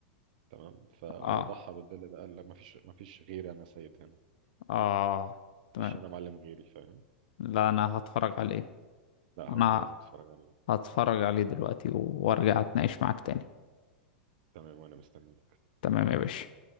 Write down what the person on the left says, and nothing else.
اه
اه تمام
لا انا هتفرج عليه
انا
هتفرج عليه دلوقتي وارجع اتناقش معاك تاني
تمام يا باشا